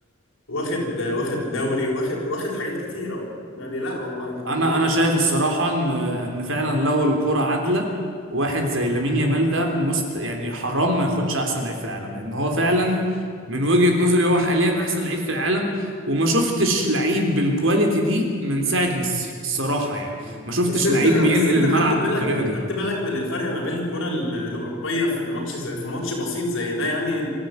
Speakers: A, on the left; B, on the right.
A: واخد واخد دوري واخد واخد حاجات كتيرة يعني لا هو لعيب
B: انا انا
A: كتير
B: شايف الصراحه ان ان فعلا لو الكره عادله واحد زي لامين يامال ده مست يعني حرام ما ياخدش احسن لعيب في العالم لان هو
A: أوي.
B: فعلا من وجهه نظري هو حاليا احسن لعيب في العالم وما شفتش لعيب بالكواليتي دي من ساعه ميسي الصراحه يعني
A: مم.
B: ما شفتش
A: بس انت
B: لعيب
A: بس
B: بينقل
A: انت
B: الملعب
A: خدت بالك
B: بالطريقه دي
A: خدت بالك من الفرق ما بين الكرة ال- الأوروبية في الماتش زي في ماتش بسيط زي ده يعني